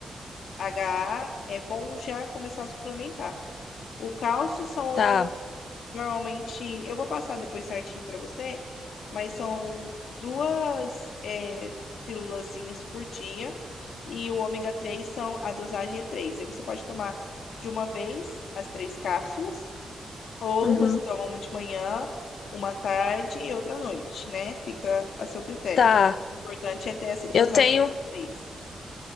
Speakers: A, on the left (about 85°); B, on the left (about 70°).
A: DHA, é bom já começar a suplementar. O cálcio são
B: tá.
A: Normalmente, eu vou passar depois certinho pra você, mas são duas é, pílulazinhas por dia e o ômega 3 são a dosagem é 3. Aí você pode tomar de uma vez as três cápsulas, ou
B: Uhum.
A: você toma uma de manhã, uma à tarde e outra à noite, né? Fica a seu critério.
B: Tá.
A: O importante é ter essa dosagem
B: Eu tenho
A: de três.